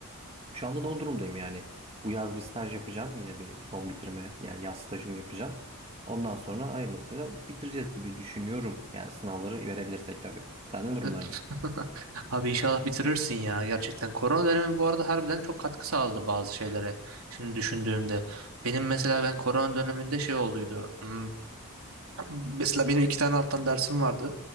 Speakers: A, on the right (about 25°); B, on the right (about 80°).
A: Şu anda da o durumdayım yani. Bu yaz bir staj yapacağım. Yine bir son bitirme yani yaz stajımı yapacağım. Ondan sonra hayırlısıyla bitireceğiz gibi düşünüyorum. Yani sınavları verebilirsek tabii. Senden durumlar
B: Evet.
A: ne?
B: <laughs> Abi inşallah bitirirsin ya gerçekten. Korona dönemi bu arada harbiden çok katkı sağladı bazı şeylere. Şimdi düşündüğümde. Benim mesela ben korona döneminde şey olduydu. Hmm, Mesela benim iki tane alttan dersim vardı.